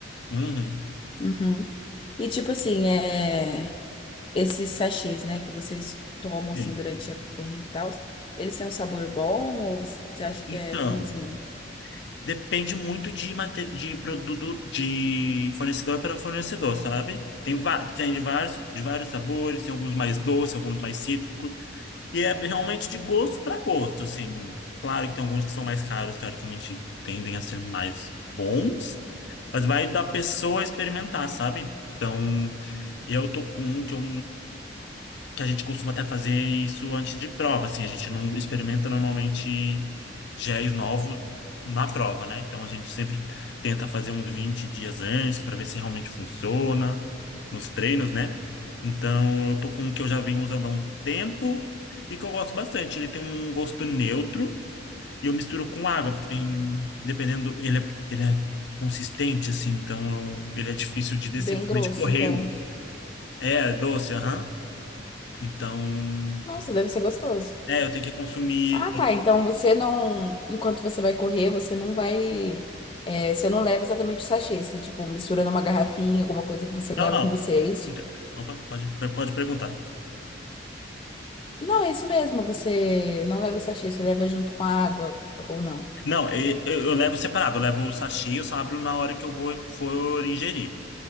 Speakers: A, on the left; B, on the left.
A: Uhum,
B: Uhum. E tipo assim, é. esses sachês, né, que vocês tomam assim
A: sim.
B: durante a corrida e tal, eles têm um sabor bom ou você acha que
A: Então.
B: é ruinzinho?
A: Depende muito de, mate- de produto, de fornecedor para fornecedor, sabe? Tem, va- tem de vários, de vários sabores, tem alguns mais doces, alguns mais cítricos, e é realmente de gosto para gosto, assim. Claro que tem alguns que são mais caros, teoricamente tendem a ser mais bons, mas vai da pessoa experimentar, sabe? Então, eu tô com um que eu que a gente costuma até fazer isso antes de prova, assim, a gente não experimenta normalmente géis novos na prova, né? Então a gente sempre tenta fazer uns 20 dias antes para ver se realmente funciona nos treinos, né? Então eu tô com um que eu já venho usando há um tempo e que eu gosto bastante. Ele tem um gosto neutro e eu misturo com água, porque tem, dependendo, ele é, ele é consistente, assim, então eu- ele é difícil de descer,
B: Bem
A: principalmente
B: grosso,
A: correndo.
B: então.
A: É, doce, aham. Então,
B: Nossa, deve ser gostoso.
A: é, eu tenho que consumir.
B: Ah, tá. Então você não. Enquanto você vai correr, você não vai. é, você não leva exatamente o sachê. Você, tipo, mistura numa garrafinha, alguma coisa que você
A: Não,
B: leva
A: não.
B: com você, é isso?
A: Então- Opa, pode, pode perguntar.
B: Não, é isso mesmo. Você não leva o sachê, você leva junto com a água, ou não.
A: Não, e- eu, eu levo separado, eu levo o sachê, eu só abro na hora que eu vou for ingerir.